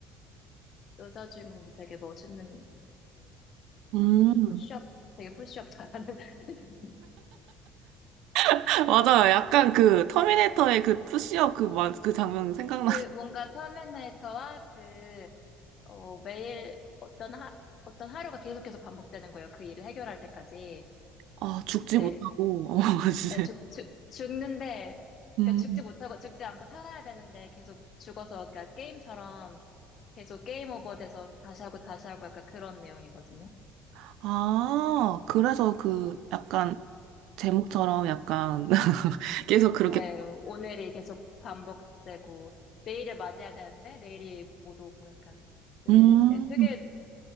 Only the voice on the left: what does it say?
여자 주인공도 되게 멋있는
푸시업 되게 푸시업 잘하는 <laughs>
그 뭔가 터미네이터와 그 어, 매일 어떤 하 어떤 하루가 계속해서 반복되는 거예요. 그 일을 해결할 때까지.
근데
네, 죽, 죽, 죽는데,
그러니까 죽지 못하고, 죽지 않고 살아야 되는데 계속 죽어서, 그러니까 게임처럼 계속 게임 오버 돼서 다시 하고 다시 하고 약간 그런 내용이거든요.
네, 오늘이 계속 반복되고, 내일을 맞이해야 되는데 내일이 못 오고 약간. 근데
되게